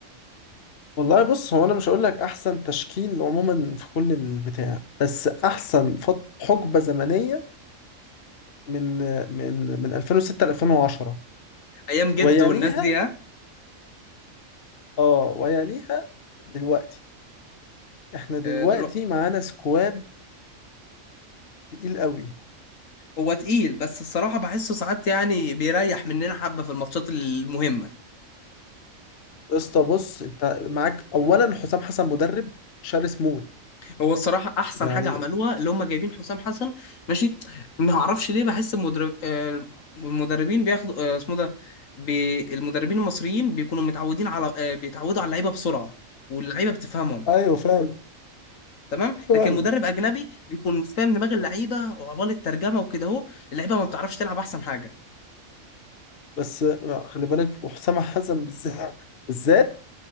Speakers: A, on the left; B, on the left.
A: والله بص هو انا مش هقول لك احسن تشكيل عموما في كل البتاع بس احسن فت- حقبة زمنية من من من 2006 ل 2010
B: ايام
A: ويليها
B: جد والناس دي
A: اه ويليها دلوقتي احنا دلوقتي
B: ها
A: معانا سكواد تقيل قوي
B: هو تقيل بس الصراحة بحسه ساعات يعني بيريح مننا حبة في الماتشات المهمة
A: يا اسطى بص انت معاك اولا حسام حسن مدرب شرس موت
B: هو الصراحة أحسن
A: يعني
B: حاجة عملوها اللي هم جايبين حسام حسن ماشي ما أعرفش ليه بحس المدرب آه، المدربين بياخدوا آه، اسمه ده بي... المدربين المصريين بيكونوا متعودين على آه، بيتعودوا على اللعيبة بسرعة واللعيبة بتفهمهم
A: ايوه فعلا
B: تمام
A: فعلا
B: لكن مدرب أجنبي بيكون مش فاهم دماغ اللعيبة وعبال الترجمة وكده أهو اللعيبة ما بتعرفش تلعب أحسن حاجة
A: بس خلي بالك وحسام حسن بالذات بالذات